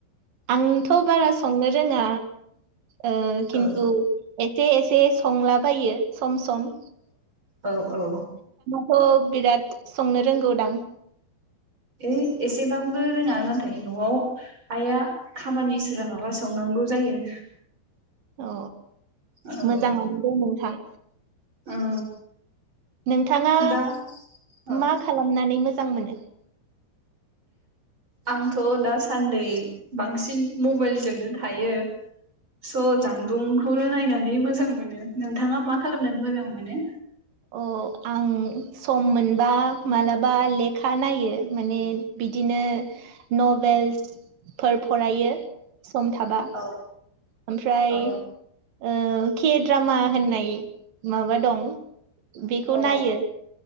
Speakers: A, on the right; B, on the right.
A: आंथ' बारा संनो रोङा। ओ खिन्थु
B: औ
A: एस से एसे संलाबायो सम सम
B: औ औ
A: थ' बिराद संनो रोंगौदां?
B: हैइ एसेबांबो रोङा नाथाय न'आव आइआ खामानि सोलाबाबा सावनांगौ जायो।
A: अ
B: औ
A: मोजाङानो दं नोंथां।
B: उम
A: नोंथाङा
B: दा औ
A: मा खालामनानै मोज जां मोनो?
B: आंथ' दासान्दै बांसिन मबाइलजोंनो थायो स' जानबुंखौनो नायनानै मोजां मोनो। नोंथाङा मा खालामनानै मोजां मोनो?
A: थ आं सम मोनबा मालाबा लेखा नायो माने बिदिनो नभेल्सफोर फरायो सम थाबा।
B: औ
A: ओमफ्राय
B: औ
A: ओ के द्रामा होन्नाय माबा दं बेखौ
B: औ
A: नायो।